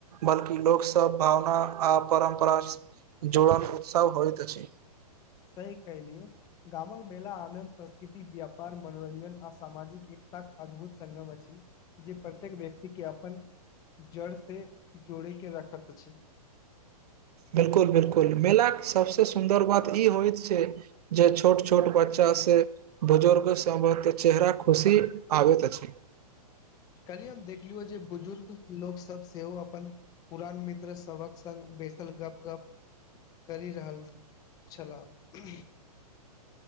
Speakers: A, on the right; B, on the left.
A: बल्कि लोक सब भावना आ परम्परा जुड़न उत्साह होइत अछि
B: सही कहिलिय गामक मेला आनन्द संस्कृति व्यापार मनोरंञ्जन आ सामजिक ए ताक अद्भुत संगम अछि जे प्रत्येक व्यक्ति के अपन जड़ से जोड़ी के रखैत अछी।
A: बिलकुल बिलकुल मेलाक के सबसे सुन्दर बात ई होइत छैय जे छोट छोट ब च से बुजुर्ग सबहक चेहरा खुशी आबैत अछि।
B: कनि हम देखलियौ जे बुजुर्ग लोक सब सेहो अपन पुरान मित्र सवक संग बितल गप गप करि रहल छलाह